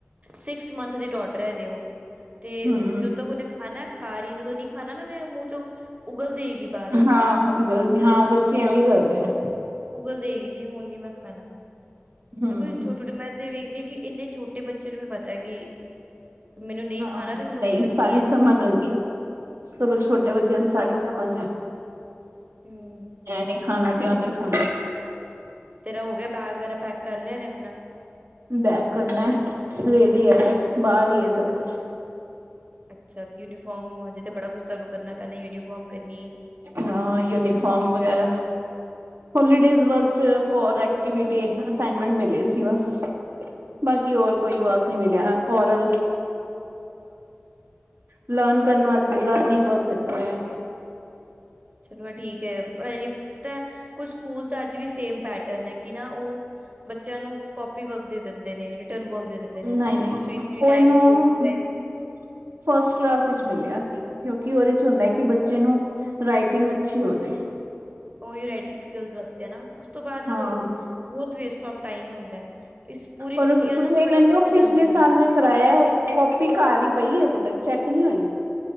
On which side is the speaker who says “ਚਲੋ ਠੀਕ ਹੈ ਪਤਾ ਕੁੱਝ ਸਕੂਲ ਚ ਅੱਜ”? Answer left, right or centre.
Right